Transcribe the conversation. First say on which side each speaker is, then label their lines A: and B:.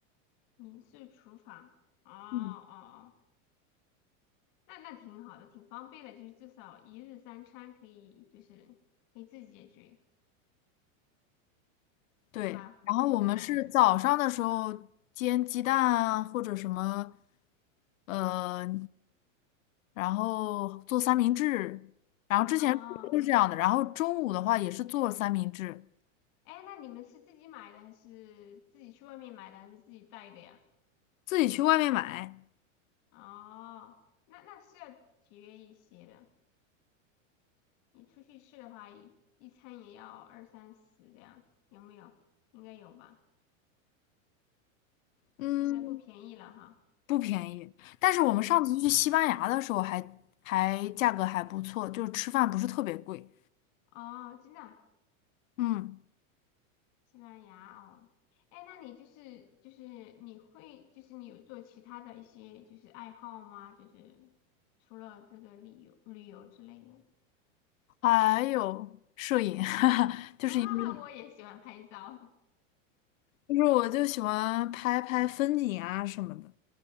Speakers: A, on the left; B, on the left.
A: 民宿厨房。哦哦哦，
B: 嗯，
A: 那那挺好的，挺方便的，就是至少一日三餐可以，就是可以自己解决，
B: 对，
A: 是吧？
B: 然后我们是早上的时候煎鸡蛋啊，
A: 就买。
B: 或者什么，呃，然后做三明治，然后之前都是这样的，
A: 哦，
B: 然后中午的话也是做三明治，
A: 哎，那你们是自己买的还是自己去外面买的还是自己带的呀？
B: 自己去外面买，
A: 哦，那那是要节约一些的。你出去吃的话，一一餐也要二三十这样子，有没有？应该有吧？
B: 嗯，
A: 现在不便宜了哈。
B: 不便宜，但是我们上次去西班牙的时候还还价格还不错，
A: 嗯，
B: 就是吃饭不是特别贵，
A: 哦，真的啊
B: 嗯，
A: 西班牙哦。哎，那你就是就是你会就是你有做其他的一些就是爱好吗？就是除了这个旅游旅游之类的。<laughs>
B: 还有摄影，<laughs> 就是因为
A: 啊，我也喜欢拍照
B: 就是我就喜欢拍拍风景啊什么的。